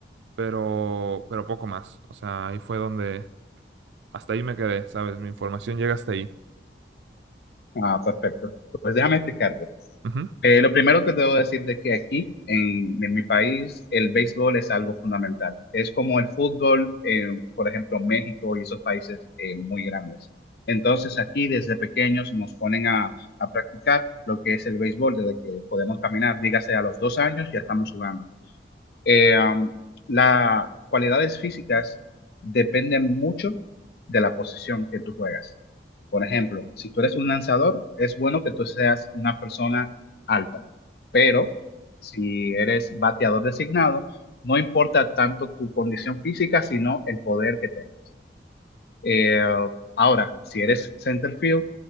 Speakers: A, on the right; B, on the left.
A: pero, pero poco más. O sea, ahí fue donde, hasta ahí me quedé, ¿sabes? Mi información llega hasta ahí.
B: Ah, perfecto. Pues déjame explicarte.
A: Ujú,
B: Eh, lo primero que debo decirte es que aquí, en, en mi país, el béisbol es algo fundamental. Es como el fútbol, eh, por ejemplo, México y esos países eh, muy grandes. Entonces, aquí desde pequeños nos ponen a, a practicar lo que es el béisbol desde que podemos caminar, dígase a los dos años, ya estamos jugando. Eh, um, las cualidades físicas dependen mucho de la posición que tú juegas. Por ejemplo, si tú eres un lanzador, es bueno que tú seas una persona alta, pero si eres bateador designado, no importa tanto tu condición física, sino el poder que tengas. Eh, ahora, si eres center field,